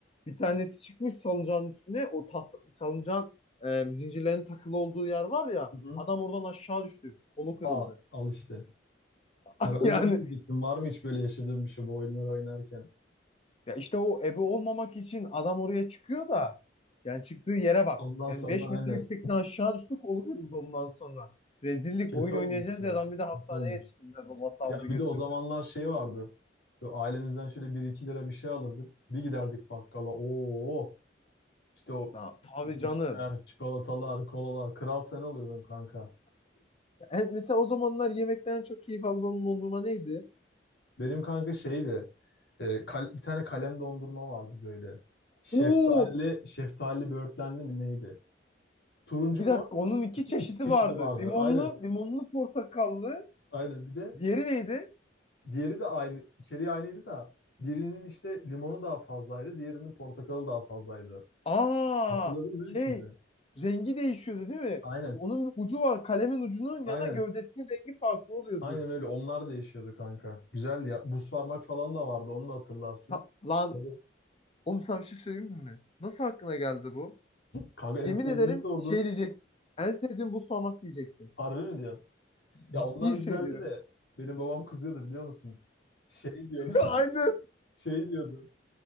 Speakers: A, on the left (about 35°); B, on the left (about 70°).
A: Bir tanesi çıkmış salıncağın üstüne. O tahta, salıncağın e, zincirlerin takılı olduğu yer var ya.
B: Hı hı.
A: Adam oradan aşağı düştü. Kolu
B: Aa,
A: kırıldı.
B: al işte.
A: <laughs>
B: Ya ben
A: Yani
B: de onu diyecektim. Var mı hiç böyle yaşadığım bir şey bu oyunlar oynarken?
A: ya işte o ebe olmamak için adam oraya çıkıyor da yani çıktığı yere bak.
B: Ondan
A: Yani
B: sonra
A: 5
B: aynen.
A: metre yüksekten aşağı düştü kolu kırıldı ondan sonra. Rezillik
B: Kötü
A: oyun
B: olmuş
A: oynayacağız
B: ya.
A: ya adam bir de hastaneye
B: Kötü olmuş.
A: yetiştirdiler. Babası aldı
B: Ya
A: götürdü.
B: bir de o zamanlar şey vardı. Böyle Ailemizden şöyle bir iki lira bir şey alırdık. Bir giderdik bakkala. Oo, işte o
A: Ya, tabii
B: cipsler,
A: canım.
B: çikolatalar, kolalar. Kral sen oluyordun kanka.
A: Evet, mesela o zamanlar yemekten çok keyif aldığım dondurma neydi?
B: Benim kanka şeydi. e, kal- bir tane kalem dondurma vardı böyle. Şeftali,
A: Oo,
B: şeftali böğürtlenli mi neydi? Turuncu
A: bir
B: mor.
A: dakika onun iki
B: İki,
A: çeşidi
B: iki çeşidi
A: vardı.
B: vardı.
A: Limonlu,
B: Aynen.
A: limonlu portakallı.
B: Aynen. Bir de
A: Diğeri neydi?
B: diğeri de aynı. içeriği aynıydı da birinin işte limonu daha fazlaydı. Diğerinin portakalı daha fazlaydı.
A: Aa,
B: Hatırladın mı
A: şey
B: şimdi?
A: rengi değişiyordu değil mi?
B: Aynen.
A: Onun bir ucu var. Kalemin ucunun
B: Aynen.
A: ya da gövdesinin rengi farklı oluyordu.
B: Aynen öyle. Onlar da yaşıyordu kanka. Güzeldi ya. Buz parmak falan da vardı. Onu da hatırlarsın.
A: Ta- lan
B: İşte-
A: oğlum sana bir şey söyleyeyim mi? Nasıl aklına geldi bu?
B: Kanka
A: Yemin
B: en sevdiğimi
A: ederim
B: sordun.
A: şey diyecek. En sevdiğim buz parmak diyecektim.
B: Harbi mi diyorsun? Ya
A: Ciddi
B: onlar güzeldi
A: söylüyorum.
B: de benim babam kızıyordu biliyor musun? Şey diyordu. <laughs>
A: <laughs> Aynen.
B: Şey diyordu.